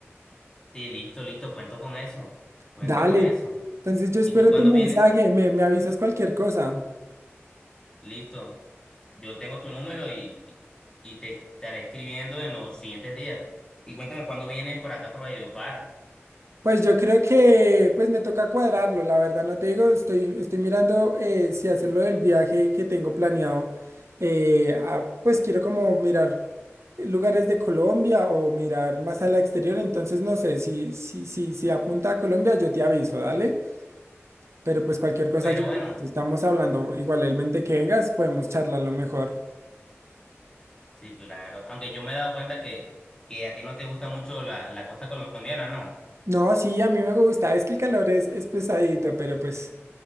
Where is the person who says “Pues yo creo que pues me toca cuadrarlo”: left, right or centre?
Right